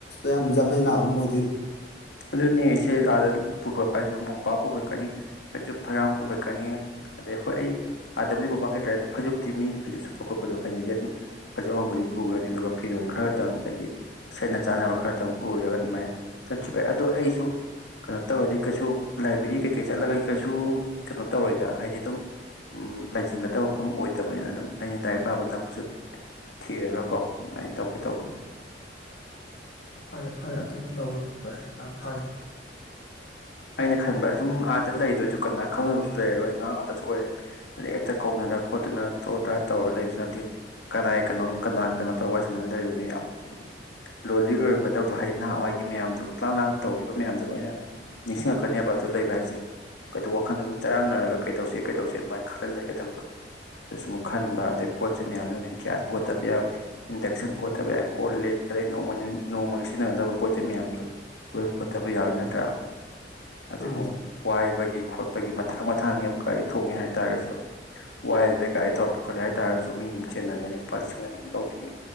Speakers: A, on the left (about 65°); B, on the left (about 85°).
A: ꯌꯥꯝ ꯆꯅ ꯂꯥꯎ ꯑꯣꯏ ꯑꯗꯨ
B: ꯑꯗꯨꯖꯁꯦ ꯑ ꯄꯨ ꯐꯩꯖ ꯑꯃꯛ ꯃꯄꯥ ꯄꯨꯈꯠꯀꯅꯤ ꯐꯩꯖꯨꯞ ꯐꯩꯔꯥꯡ ꯄꯨꯈꯠꯀꯅꯤ ꯑꯗꯩ ꯍꯣꯏ ꯑꯩ ꯑꯥꯗꯕꯨꯗꯤ ꯑꯃ ꯄꯈ꯭ꯔꯦ ꯑꯗꯨꯗ ꯐꯖꯨꯞꯇꯤ ꯃꯤꯒꯤ ꯐꯩꯖꯨꯞ ꯁꯨꯞꯠꯄ ꯈꯣꯠꯄꯗꯣ ꯍꯩꯅꯗꯤ ꯑꯗꯨꯝ ꯐꯖ ꯑꯃꯕꯨꯗꯤ ꯄꯨꯈ꯭ꯔꯅꯤ ꯑꯗꯨꯒ ꯐꯤꯔꯣꯜ ꯈꯔꯗꯪ ꯑꯩꯒꯤ ꯁꯦꯠꯅ ꯆꯥꯅꯕ ꯈꯔꯗꯪ ꯄꯨꯔꯒ ꯑꯗꯨꯃꯥꯏꯅ ꯈꯤꯕ ꯑꯗꯣ ꯑꯩꯁꯨ ꯀꯩꯅꯣ ꯇꯧꯔꯗꯤ ꯀꯩꯁꯨ ꯂꯥꯏꯕ꯭ꯔꯦꯔꯤ ꯀꯩꯀꯩ ꯆꯠꯂꯒ ꯀꯩꯁꯨ ꯀꯩꯅꯣ ꯇꯧꯔꯣꯏꯗ ꯍꯥꯏꯗꯤ ꯑꯗꯨꯝ ꯂꯥꯏꯁꯤꯟꯒꯗꯕ ꯃꯐꯝ ꯑꯣꯏꯗꯕꯅꯤꯅ ꯑꯗꯨꯝ ꯑꯩꯅ ꯗꯥꯏꯔꯤꯛ ꯄꯥꯕ ꯅꯛꯄꯁꯨ ꯊꯤꯔꯒ ꯀꯣ ꯑꯗꯨꯃꯥꯏꯅ ꯇꯧꯒꯦ ꯇꯧꯕꯅꯤꯅ
A: ꯐꯔꯦ ꯐꯔꯦ ꯑꯗꯨꯃ ꯇꯧꯔꯣ ꯐꯔꯦ ꯌꯥꯝ ꯐꯔꯦ
B: ꯑꯩꯅ ꯈꯟꯕ ꯁꯨꯝ ꯑꯥꯗ ꯂꯩꯗꯣꯏꯁꯨ ꯀꯅꯥ ꯈꯪꯗꯕꯁꯨ ꯂꯩꯔꯔꯣꯏ ꯑꯉꯥꯡ ꯑꯥꯛꯇꯁꯨ ꯑꯣꯏꯔꯦ ꯍꯥꯏꯩ ꯍꯦꯛꯇ ꯀꯧꯗꯅ ꯈꯣꯠꯇꯨꯅ ꯇꯣꯔꯣ ꯇꯔꯥ ꯇꯧꯔꯒ ꯂꯩꯕꯁꯨ ꯅꯠꯇꯦ ꯀꯅꯥꯒꯤ ꯀꯩꯅꯣ ꯀꯅꯥꯒ ꯀꯩꯅꯣ ꯇꯧꯕ ꯍꯥꯏ ꯁꯅꯅ ꯂꯩꯔꯨꯅꯤ ꯌꯥꯝ ꯍꯥꯏꯗꯤ ꯂꯣꯜꯂꯤ ꯑꯣꯏꯔꯝꯒꯗꯕꯗ ꯍꯥꯏꯗꯤ ꯅꯍꯥꯟꯋꯥꯏꯒꯤ ꯃꯌꯥꯝꯗꯨ ꯂꯥꯡ ꯂꯥꯡ ꯇꯧꯈꯤꯕ ꯃꯌꯥꯝꯗꯨꯣ ꯑꯩꯅ ꯅꯤꯡꯁꯤꯡꯉꯛꯀꯅꯦꯕ ꯑꯗꯨ ꯂꯩꯕ ꯍꯥꯏꯁꯦ ꯀꯩꯗꯣ ꯋꯥꯈꯜꯗ ꯑꯗꯨꯝ ꯆꯔꯥꯡꯅꯔꯒ ꯀꯩꯗꯧꯁꯦ ꯀꯩꯗꯧꯁꯦ ꯑꯗꯨꯃꯥꯏꯅ ꯈꯜꯍꯜꯂꯒꯗ ꯐꯠꯇꯕꯗꯣ ꯑꯗꯨꯁꯨꯨꯝꯨꯛ ꯈꯟꯕ ꯑꯗꯩ ꯄꯣꯠ ꯆꯩ ꯃꯌꯥꯝꯗꯨꯅ ꯒ꯭ꯌꯥꯁ ꯄꯨꯈꯠꯇꯕ ꯌꯥꯎꯋꯏ ꯏꯟꯗꯛꯁꯟ ꯄꯨꯈꯠꯇꯕ ꯌꯥꯏꯋꯏ ꯀꯣꯜ ꯂꯦꯛꯗꯩ ꯅꯣꯡꯃ ꯅꯣꯡꯃꯒꯤ ꯁꯤꯖꯤꯟꯅꯒꯗꯕ ꯄꯣꯠ ꯆꯩ ꯃꯌꯥꯝꯁꯨ ꯂꯣꯏ ꯄꯨꯣꯊꯕ ꯌꯥꯎꯋꯤ ꯅꯠꯇ꯭ꯔꯥ ꯑꯗꯨ
A: ꯃꯥꯅꯤ
B: ꯑꯃꯨꯛ ꯋꯥꯏꯕꯒꯤ ꯈꯣꯠꯄꯒꯤ ꯃꯇꯊꯥꯡ ꯃꯊꯥꯡꯅꯤ ꯑꯃꯨꯛ ꯒꯥꯔꯤ ꯊꯣꯡꯉꯦ ꯍꯥꯏꯇꯥꯔꯒꯁꯨ ꯑꯗꯨꯗꯩ ꯋꯥꯏꯗꯨꯗ ꯒꯥꯔꯤ ꯇꯧꯔ ꯄꯨꯈꯠꯂꯦ ꯍꯥꯏꯇꯥꯔꯁꯨ ꯃꯤ ꯑꯗꯨꯝ ꯆꯦꯟꯅꯒꯅꯤ ꯂꯨꯄꯥ ꯂꯤꯁꯤꯡ ꯑꯅꯤꯃꯨꯛ ꯂꯧꯒꯅꯤ